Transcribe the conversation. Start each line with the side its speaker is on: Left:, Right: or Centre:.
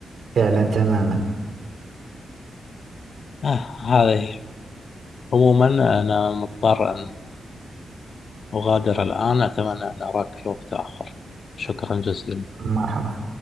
Right: فعلا تماما
Left: آه هذه عموما أنا مضطر أن أغادر الآن أتمنى أن أراك في وقت آخر شكرا جزيلا
Right: مرحبا